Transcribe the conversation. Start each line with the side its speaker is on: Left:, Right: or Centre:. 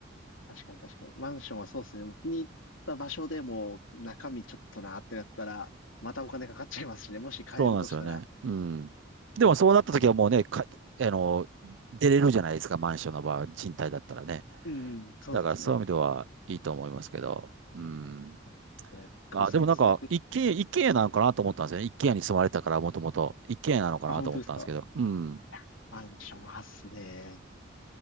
Left: 確かに確かに。マンションはそうですね。もう気に入った場所でもう中身ちょっとなってなったら、またお金かかっちゃいますしね。もし買えるとしたら。
Right: そうなんですよね。うん。でもそうなった時はもうね、
Left: そうですよね。
Right: か、あの、出れるじゃないですか、マンションの場合、賃貸だったらね。
Left: うん、うん、そうですね。
Right: だからそういう意味ではいいと思いますけど、うん。
Left: そうですね。僕、
Right: あ、
Left: そうですね。
Right: でもなんか、
Left: 結
Right: 一軒家、一軒家なのかなと思ったんですよね。一軒家に住まれてたから、もともと。一軒家なのかなと思ったんですけど。
Left: 構、あ、本当ですか。
Right: うん。
Left: いや、マンションはっすね。